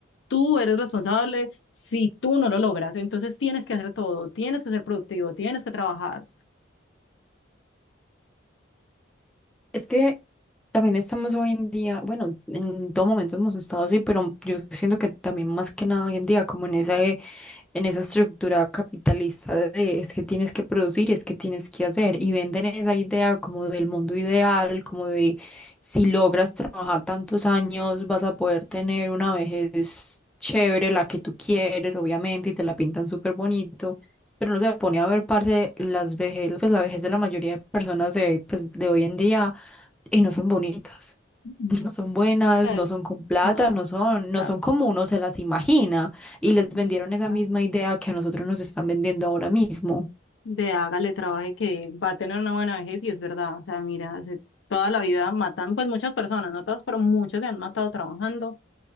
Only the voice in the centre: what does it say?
Es que también estamos hoy en día, bueno, en todo momento hemos estado así, pero yo siento que también más que nada hoy en día, como en esa, de- en esa estructura capitalista de es que tienes que producir, es que tienes que hacer, y venden esa idea como del mundo ideal, como de si logras trabajar tantos años, vas a poder tener una vejez chévere, la que tú quieres, obviamente, y te la pintan súper bonito. Pero no se pone a ver, parce, las vejez, pues la vejez de la mayoría de personas de, pues, de hoy en día y no son bonitas,
<laughs> no son buenas,
no son con plata,
no
son,
no son como uno se las imagina y les
vendieron
esa misma idea que a nosotros nos están vendiendo ahora mismo.